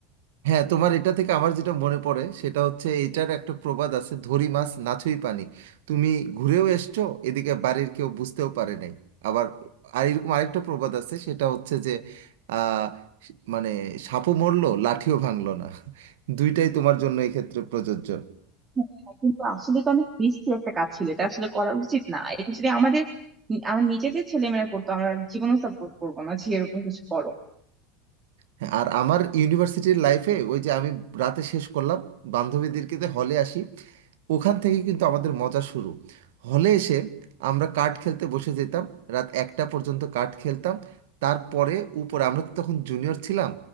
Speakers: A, on the right; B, on the right.
A: হ্যাঁ তোমার এটা থেকে আমার যেটা মনে পড়ে সেটা হচ্ছে এটার একটা প্রবাদ আছে ধরি মাছ নাথুই পানি তুমি ঘুরেও এসছো এদিকে বাড়ির কেউ বুঝতেও পারে নাই আবার আর এরকম আরেকটা প্রবাদ আছে সেটা হচ্ছে যে আহ, মানে সাপও মরলো লাঠিও ভাঙলো না দুইটাই তোমার জন্য এক্ষেত্রে প্রযোজ্য
B: হ্যাঁ, কিন্তু আসলে তো অনেক রিস্কি একটা কাজ ছিল এটা আসলে করা উচিত না এটা যদি আমাদের আমার নিজেদের ছেলেমেয়েরা করতো আমরা জীবনও সাপোর্ট করবো না যে এরকম কিছু করো
A: হ্যাঁ, আর আমার ইউনিভার্সিটির লাইফে ওই যে আমি রাতে শেষ করলাম বান্ধবীদেরকে হলে আসি ওখান থেকে কিন্তু আমাদের মজা শুরু হলে এসে আমরা কার্ড খেলতে বসে যেতাম রাত একটা পর্যন্ত কার্ড খেলতাম তারপরে উপরে আমরা তো তখন জুনিয়র ছিলাম